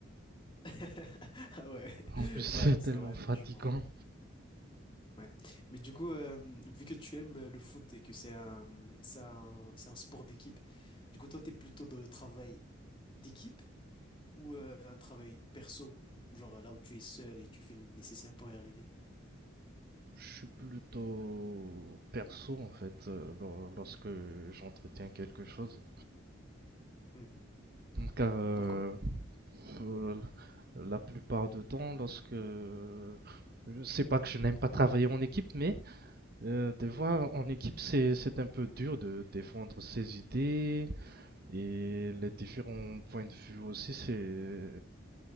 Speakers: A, on the left; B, on the right.
A: <laughs> Ah ouais, <laughs>
B: En plus, <laughs> c'est
A: ouais, c'est
B: tellement
A: vrai,
B: fatigant.
A: franchement, ouais. Ouais. Mais du coup, euh, vu que tu aimes euh, le foot et que c'est un, c'est un, c'est un sport d'équipe, du coup, toi, t'es plutôt dans le travail d'équipe ou euh, un travail perso? Genre euh, là où tu es seul et tu fais le nécessaire pour y arriver.
B: Je suis plutôt perso en fait euh, lor- lorsque j'entretiens quelque chose.
A: Mhm.
B: Car euh,
A: Pourquoi?
B: euh, la plupart du temps lorsque euh, je sais pas que je n'aime pas travailler en équipe, mais euh, des fois en équipe c'est c'est un peu dur de défendre ses idées et les différents points de vue aussi c'est